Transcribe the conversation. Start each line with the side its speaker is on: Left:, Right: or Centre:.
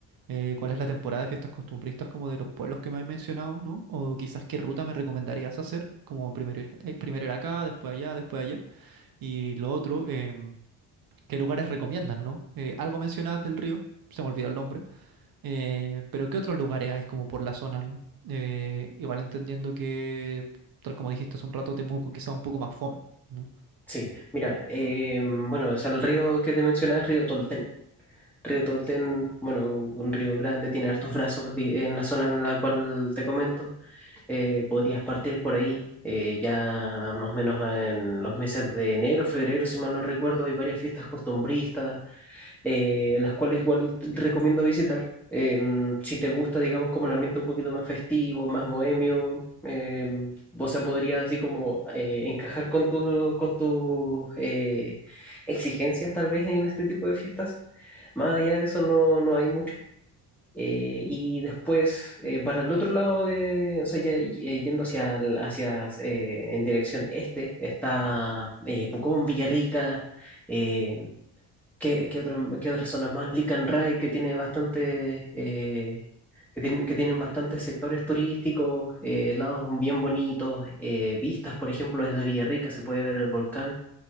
Right: eh, ¿cuál es la temporada de fiestas costumbristas como de los pueblos que me has mencionado, ¿no? O quizás qué ruta me recomendarías hacer, como primero ir, eh, primero ir acá, después allá, después allá. Y lo otro, em, ¿Qué lugares recomiendas, no? Eh, algo mencionabas del río, se me olvidó el nombre, eh, pero ¿qué otros lugares hay como por la zona, no? Eh, igual entendiendo que, tal como dijiste hace un rato, Temuco quizá un poco más fome, ¿no?
Centre: Sí, mira, eh, bueno, es el río que te mencionaba, es río Tolten. Río Tolten, bueno, un río grande, tiene hartos brazos di- en la zona en la cual te comento. Eh, podrías partir por ahí, eh, ya más o menos en los meses de enero, febrero, si mal no recuerdo, hay varias fiestas costumbristas eh, las cuales igual te recomiendo visitar. Em, si te gusta, digamos, como el ambiente un poquito más festivo, más bohemio, em, o sea, podría así como eh, encajar con tu- con tus eh, exigencias tal vez en este tipo de fiestas. Más allá de eso no, no hay mucho. Eh, y después, eh, para el otro lado, de, o sea, ya y- eh, yendo hacia, el- hacia eh, en dirección este, está eh, Pucón, Villarrica. em, ¿Qué, qué, otro- qué otras zonas más? Lican Rai, que tiene bastante, eh, que, tienen- que tienen bastantes sectores turísticos, eh, lados bien bonitos, eh, vistas, por ejemplo, desde Villarrica se puede ver el volcán